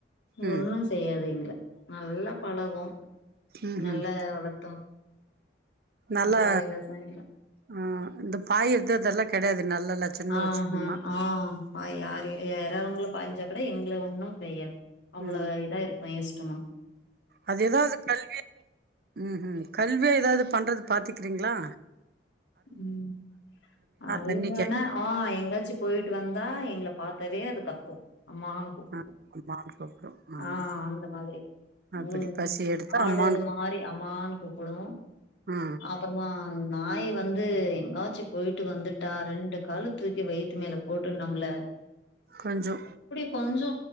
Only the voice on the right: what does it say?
ம்
ம்
ம்
நல்லா
ஆ இந்த பாயிறது அதெல்லா கெடையாது நல்ல லட்சணமா
வச்சுக்குமா
ம்
அது எதாவது கல்வி ம்ம் கல்வியா எதாவது பண்றது பாத்துக்கிறீங்ளா
தண்ணி கே
ஆ அம்மான்னு கூப்டு ஆமா
அப்படி
பசி எடுத்தா
அம்மான்னு கூப்
ஆ
கொஞ்சோ